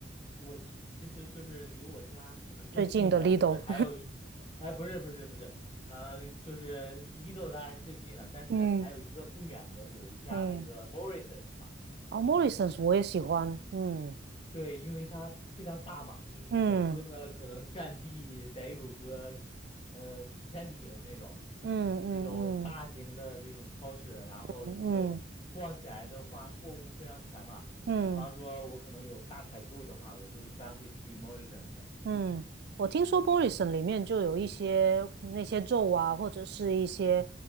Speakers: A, on the left; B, on the right.
A: 我其其实就是离我家可能更近的是还有一，
B: 最近的 Lido，
A: 哎，不是不是不是，呃，就是 Lido 当然是最近了，但是还有一个不远的有一家那个
B: <laughs> 嗯嗯，
A: Morrisons 嘛。
B: 哦，Morrisons 我也喜欢，嗯。
A: 对，因为它非常大嘛，就是整个可能占地得有个呃几千平那种，
B: 嗯嗯嗯嗯
A: 那种大型的这种超市，然后你就逛起来的话，
B: 嗯
A: 货物非常全嘛。
B: 嗯
A: 比方说，我可能有大采购的话，我都一般会去 Morrisons。
B: 嗯，我听说 m o r i s o n 里面就有一些那些肉啊，或者是一些